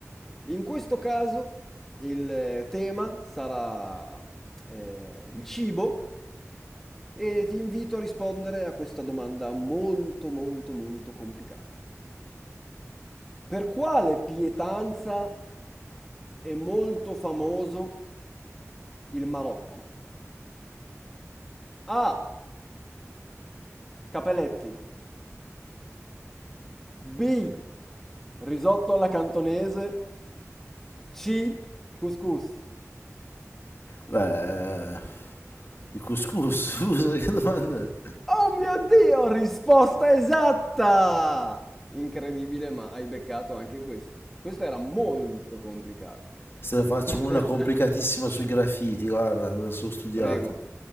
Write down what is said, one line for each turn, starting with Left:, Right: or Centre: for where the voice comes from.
Centre: In questo caso il eh, tema sarà eh, il cibo e ti invito a rispondere a questa domanda molto molto molto complicata. Per quale pietanza è molto famoso Il Marocco. A. Capelletti. B. Risotto alla cantonese. C. Couscous.
Left: beh, il couscous, <laughs> scusa, che domanda è?
Centre: Oh mio Dio, risposta esatta! Incredibile, ma hai beccato anche questa. Questa era molto complicata.
Left: Se ne faccio
Centre: <laughs>
Left: una complicatissima sui graffiti, guarda, me la sono studiata.
Centre: Prego,